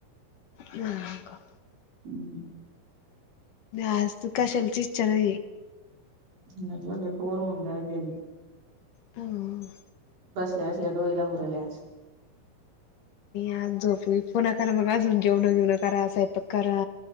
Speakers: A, on the left (about 65°); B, on the right (about 65°).
A: नाही
B: हम्म
A: आज तु क असाल चचचार
B: हल् पोर्व उंदल्ली
A: हं
B: बसल्यास लडूईला उरवल्यास
A: आज झोप पो करा मग अजून जेवण घेवन करा स्यपाक करा